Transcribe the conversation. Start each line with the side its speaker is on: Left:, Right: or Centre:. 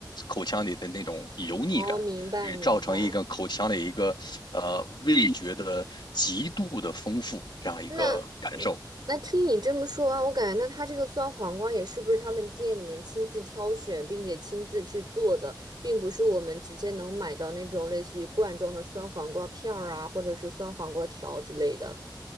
Left: 口腔里的那种油腻感，
Right: 哦，明白明白。
Left: 也造成一个口腔里一个呃味觉的极度的丰富这样一个感受。
Right: 那嗯，那听你这么说啊，我感觉那他这个酸黄瓜也是不是他们店里面亲自挑选，并且亲自去做的，并不是我们直接能买到那种类似于罐装的酸黄瓜片儿啊，或者是酸黄瓜条之类的。